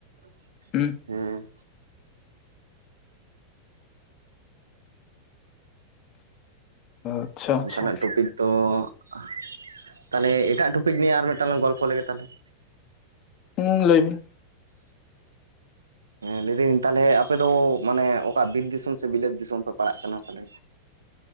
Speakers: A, on the right; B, on the left.
A: <inaudible>
B: ᱦᱩᱸ
A: ᱦᱮᱸ ᱾
B: ᱟᱪᱪᱷᱟ ᱟᱪᱪᱷᱟ
A: ᱚᱱᱠᱟᱱᱟᱜ ᱴᱚᱯᱤᱠ ᱫᱚ <inaudible> ᱛᱟᱦᱚᱞᱮ ᱮᱴᱟᱜ ᱴᱚᱯᱤᱠ ᱱᱤᱭᱮ ᱟᱨ ᱢᱤᱫᱴᱟᱝ ᱞᱟᱝ ᱜᱚᱞᱯᱚ ᱞᱮᱜᱮ ᱛᱟᱦᱚᱞᱮ ᱾
B: ᱦᱩᱝ ᱞᱟᱹᱭ ᱵᱤᱱ ᱾
A: ᱦᱮᱸ ᱞᱟᱹᱭ ᱫᱟᱹᱧ ᱛᱟᱦᱚᱞᱮ ᱟᱯᱮ ᱫᱚ ᱢᱟᱱᱮ ᱚᱠᱟ ᱵᱤᱨ ᱫᱤᱥᱚᱢ ᱥᱮ ᱵᱤᱞᱟᱹᱛ ᱫᱤᱥᱚᱢ ᱯᱮ ᱯᱟᱲᱟᱜ ᱠᱟᱱᱟ ᱛᱟᱞᱦᱮ?